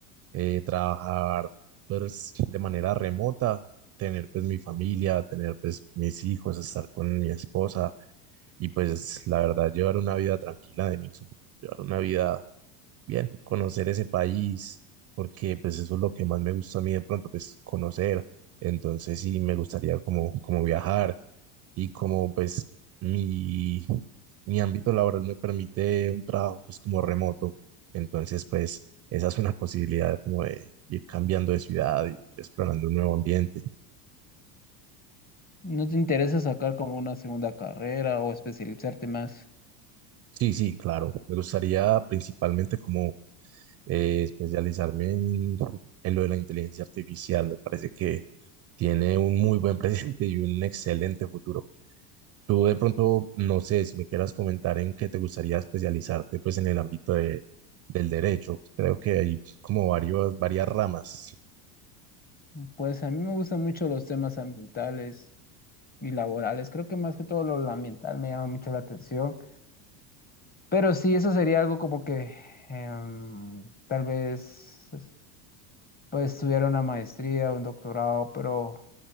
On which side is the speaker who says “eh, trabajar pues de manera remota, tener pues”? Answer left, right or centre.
Right